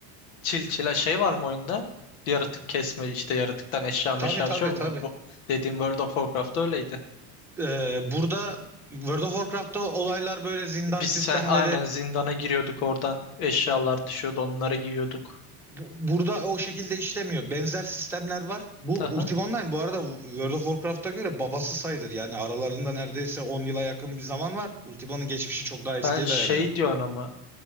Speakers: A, on the left; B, in the centre.
A: Çil çila şey var mı oyunda? Yaratık kesme işte yaratıktan eşya meşya
B: Tabii tabii
A: düşüyor mu?
B: tabii.
A: Bu dediğim World of Warcraft'ta öyleydi.
B: Ee, burada World of Warcraft'ta olaylar böyle zindan
A: Biz
B: sistemleri
A: sen, aynen zindana giriyorduk oradan eşyalar düşüyordu onları giyiyorduk.
B: bu- burada o şekilde işlemiyor. Benzer sistemler var. Bu
A: Aha.
B: Ultima Online bu arada World of Warcraft'a göre babası sayılır. Yani aralarında neredeyse 10 yıla yakın bir zaman var. Ultima'nın geçmişi çok daha eskiye
A: Sen şey
B: dayanıyor.
A: diyorsun ama